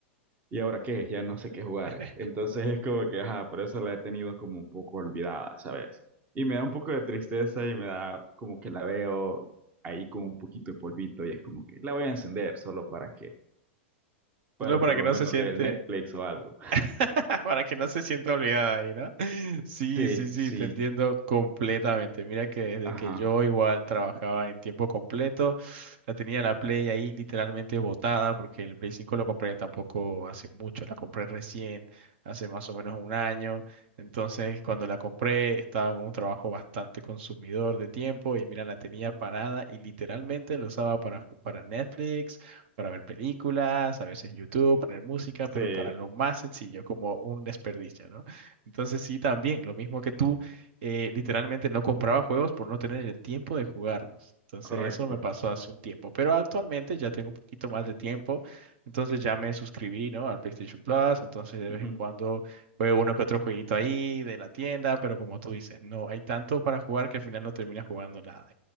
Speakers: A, on the right; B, on the right.
A: ¿y ahora qué? Ya no sé qué jugar.
B: <laughs>
A: Entonces es como que, ajá, por eso la he tenido como un poco olvidada, ¿sabes? Y me da un poco de tristeza y me da como que la veo ahí con un poquito de polvito y es como que la voy a encender solo para que, para
B: Solo para
A: por
B: que
A: lo
B: no
A: menos
B: se siente,
A: ver Netflix o algo.
B: <laughs> Para que no se sienta olvidada ahí, ¿no? <laughs> Sí,
A: Sí,
B: sí, sí,
A: sí,
B: te entiendo completamente. Mira que desde
A: ajá.
B: que yo igual trabajaba en tiempo completo, la tenía la Play ahí literalmente botada porque el Play 5 lo compré tampoco hace mucho, la compré recién, hace más o menos un año. Entonces, cuando la compré, estaba con un trabajo bastante consumidor de tiempo y mira, la tenía parada y literalmente lo usaba para, ju- para Netflix para ver películas, a veces YouTube, poner música, pero
A: Sí,
B: para lo más sencillo, como un desperdicio, ¿no? Entonces sí, también, lo mismo que tú, eh, literalmente no compraba juegos por no tener el tiempo de jugarlos. Entonces
A: correcto.
B: eso me pasó hace un tiempo, pero actualmente ya tengo un poquito más de tiempo, entonces ya me suscribí, ¿no? Al PlayStation Plus, entonces de vez
A: Ujú.
B: en cuando juego uno que otro jueguito ahí de la tienda, pero como tú dices, no hay tanto para jugar que al final no terminas jugando nada.